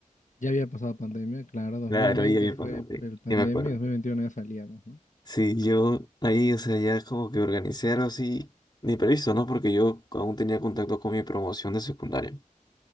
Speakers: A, on the left (about 60°); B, on the left (about 30°).
A: Ya había pasado pandemia, claro, 2020
B: Claro, ahí había
A: fue
B: pasado, sí,
A: el pandemia
B: sí me acuerdo.
A: y 2021 ya salíamos, ¿no?
B: Sí, yo ahí, o sea, ya como que organicé algo así, ni previsto, ¿no? Porque yo aún tenía contacto con mi promoción de secundaria.